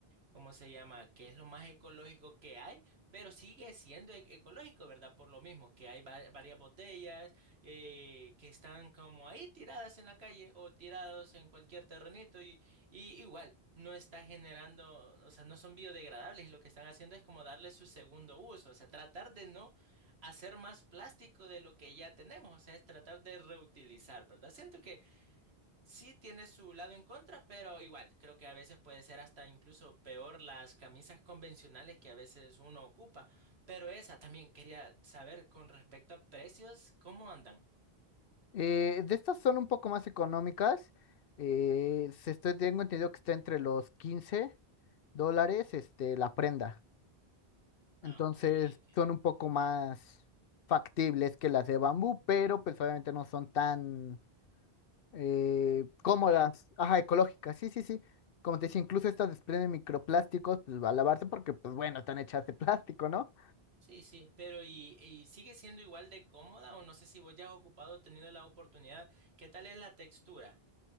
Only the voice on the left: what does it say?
Eh, de estas son un poco más económicas. eh, se estoy, tengo entendido que está entre los quince dólares, este, la prenda.
Entonces
son un poco más factibles que las de bambú, pero pues obviamente no son tan eh, cómodas.
Ajá, ecológicas, sí, sí, sí. Como te decía, incluso estas desprenden microplásticos, pues va a lavarse porque, pues bueno, están hechas de plástico, ¿no?